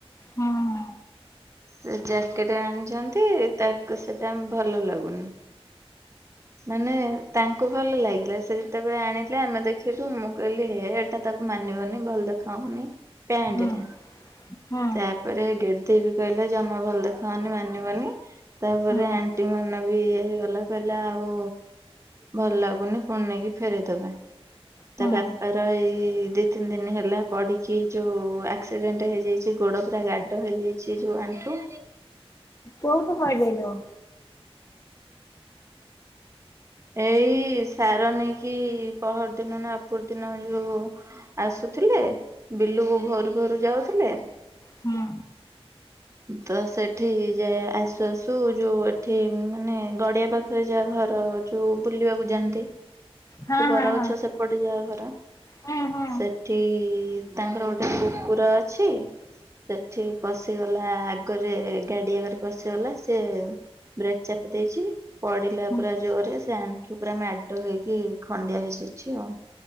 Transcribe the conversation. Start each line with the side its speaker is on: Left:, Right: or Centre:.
Left: ହଁ ହଁ।
Right: ସେ ଜ୍ୟାକେଟ ଆଣିଛନ୍ତି ତାକୁ ସେଇଟା ଭଲ ଲାଗୁନି। ମାନେ ତାଙ୍କୁ ଭଲ ଲାଗିଲା ସେ ଯେତେବେଳେ ଆଣିଲେ ଆମେ ଦେଖିଲୁ ମୁଁ କହିଲି ହେ ଏଟା ତାକୁ ମାନିବନି ଭଲ ଦେଖାଉନି। ପ୍ୟାଣ୍ଟ
Left: ହୁଁ
Right: ଟା
Left: ହୁଁ
Right: ତାପରେ ଡ୍ରେ ଦିଦି କହିଲା ଜମା ଭଲ ଦେଖାଯାଉନି ମାନିବନି। ତାପରେ
Left: ହୁଁ
Right: ଆଣ୍ଟି ମନ୍ ବିଏ ହେଗଲା ପ ଆଉ। ଭଲ ଲାଗୁନି ପୁଣି ନେଇକି ଫେରେଇଦବା।
Left: ହୁଁ
Right: ତା ବାପାର ଏଇ ଦି ତିନି ଦିନ ହେଲା ପଡିକି ଯୋଉ ଆକ୍ସିଡେଣ୍ଟ ହେଇଯାଇଛି ଗୋଡ ପୁରା ଗାଡ ହେଇଯାଇଛି। ଏ ଯୋଉ ଆଣ୍ଠୁ।
Left: କୋଉଠୁ ପଇଲେ ଲୋ?
Right: ଏଇ ସାର ନେଇକି ପହରଦିନ ନା ଅପୁରୁଦିନ ଯୋଉ ଆସୁଥିଲେ। ବିଲୁକୁ ଭୋରୁ ଭୋରୁ ଯାଉ ଥିଲେ।
Left: ହଁ।
Right: ତ ସେଠି ଯାଏ ଆସୁ ଆସୁ ଯୋଉ ଏଠି ମାନେ ଗଡିଆ ପାଖରେ ଯାହା ଘର। ଯୋଉ ବୁଲିବାକୁ ଯାଆନ୍ତି।
Left: ହଁ
Right: ସେ ବରଗଛ
Left: ହଁ ହଁ
Right: ସେପଟେ ଯାହା ଘର। <unintelligible>
Left: ହୁଁ ହୁଁ
Right: ସେଠି। ତାଙ୍କର ଗୋଟେ କୁକୁର ଅଛି ସେଠି ପଶିଗଲା ଆଗରେ ଗାଡି ଆଗରେ ପସିିଗଲା ସେ ବ୍ରେକ ଚାପି ଦେଇଛି। ପଡିଲା
Left: ହୁଁ
Right: ପୁରା ଜୋରରେ। ସେ ଆଣ୍ଠୁ ପୁରା ମାଡ ହେଇକି ଖଣ୍ଡିଆ ହେଇଯାଇଛି ଆଉ।